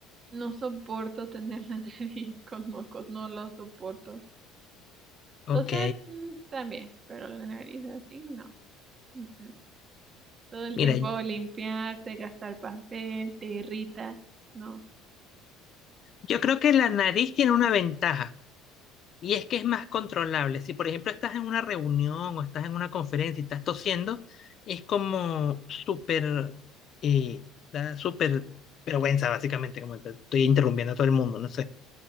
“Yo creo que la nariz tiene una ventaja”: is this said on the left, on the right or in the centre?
Left